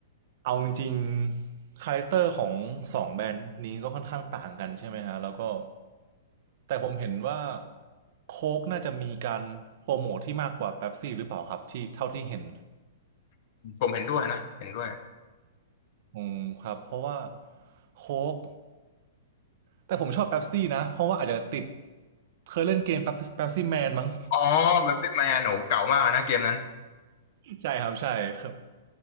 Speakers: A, on the right; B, on the left.
A: เอาจริงๆคาแรคเตอร์ของสองแบรนด์นี้ก็ค่อนข้างต่างกันใช่ไหมฮะแล้วก็แต่ผมเห็นว่าโค้กน่าจะมีการโปรโมทที่มากกว่าเป๊ปซี่หรือเปล่าครับที่เท่าที่เห็น
B: ผมเห็นด้วยนะเห็นด้วย
A: อืมครับเพราะว่าโค้ก แต่ผมชอบเป๊ปซี่นะเพราะว่าอาจจะติดเคยเล่นเกมเป๊ปเป๊ปซี่แมนมั้ง
B: อ๋อเป๊ปซี่มาโหนูเก่ามากนะเกมนั้น
A: ใช่ครับใช่ครับ